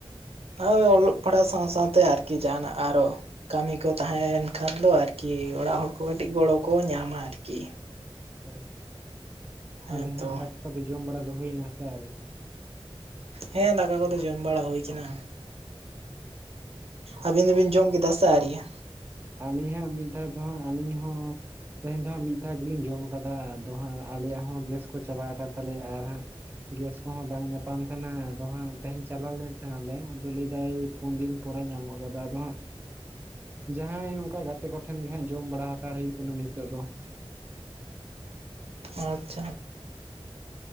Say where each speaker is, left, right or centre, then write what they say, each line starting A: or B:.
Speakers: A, on the right; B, on the right.
A: <inaudible> ᱚᱞᱚᱜ ᱯᱟᱲᱦᱟᱣ ᱥᱟᱶ ᱥᱟᱶᱛᱮ ᱟᱨᱠᱤ ᱡᱟᱦᱟᱱᱟᱜ ᱟᱨᱚ ᱠᱟᱹᱢᱤ ᱠᱚ ᱛᱟᱦᱮᱸᱭᱮᱱ ᱠᱷᱟᱱ ᱫᱚ ᱟᱨᱠᱤ ᱚᱲᱟᱜ ᱦᱚᱲ ᱠᱚ ᱠᱟᱹᱴᱤᱡ ᱜᱚᱲᱚ ᱠᱚ ᱧᱟᱢᱟ ᱟᱨᱠᱤ?
B: ᱚᱻ
A: ᱦᱮᱸ
B: ᱛᱟᱞᱮ ᱦᱟᱸᱜ
A: ᱛᱚ
B: ᱫᱟᱠᱟ ᱠᱚ ᱫᱚ ᱡᱚᱢ ᱵᱟᱲᱟ ᱫᱚ ᱦᱩᱭᱱᱟ ᱥᱮ ᱟᱣᱨᱤ?
A: ᱦᱮᱸ ᱫᱟᱠᱟ ᱠᱚᱫᱚ ᱡᱚᱢ ᱵᱟᱲᱟ ᱦᱩᱭ ᱠᱟᱱᱟ᱾ ᱟᱵᱤᱱ ᱫᱚᱵᱤᱱ ᱡᱚᱢ ᱠᱮᱫᱟ ᱥᱮ ᱟᱹᱨᱤᱭᱟ?
B: ᱟᱹᱞᱤᱧ ᱦᱟᱸᱜ ᱢᱤᱫ ᱫᱷᱟᱣ ᱫᱚ ᱦᱟᱸᱜ ᱟᱹᱞᱤᱧ ᱦᱚᱸ ᱛᱮᱦᱮᱧ ᱫᱚ ᱦᱟᱸᱜ ᱢᱤᱫ ᱫᱷᱟᱣ ᱜᱮᱞᱤᱧ ᱡᱚᱢ ᱟᱠᱟᱫᱟ᱾ ᱟᱫᱚ ᱦᱟᱸᱜ ᱟᱞᱮᱭᱟᱜ ᱦᱚᱸ ᱜᱮᱥ ᱠᱚ ᱪᱟᱵᱟ ᱟᱠᱟᱱ ᱛᱟᱞᱮᱭᱟ ᱟᱨ ᱦᱟᱸᱜ ᱜᱮᱥ ᱠᱚᱦᱚᱸ ᱵᱟᱝ ᱧᱟᱯᱟᱢ ᱠᱟᱱᱟ᱾ ᱟᱫᱚ ᱦᱟᱸᱜ ᱛᱮᱦᱮᱧ ᱪᱟᱞᱟᱣ ᱞᱮᱱ ᱛᱟᱦᱮᱱᱟᱞᱮ᱾ ᱟᱫᱚ ᱞᱟᱹᱭ ᱮᱫᱟ ᱯᱩᱱᱫᱤᱱ ᱯᱚᱨᱮ ᱧᱟᱢᱚᱜ ᱠᱟᱫᱟ᱾ ᱟᱫᱚ ᱦᱟᱸᱜ ᱡᱟᱦᱟᱸᱭ ᱳᱝᱠᱟ ᱜᱟᱛᱮ ᱠᱚᱴᱷᱮᱱ ᱜᱮ ᱦᱟᱸᱜ ᱡᱚᱢ ᱵᱟᱲᱟ ᱦᱟᱛᱟᱲ ᱦᱩᱭᱩᱜ ᱠᱟᱱᱟ ᱱᱤᱛᱚᱜ ᱫᱚ
A: ᱟᱪᱪᱷᱟ,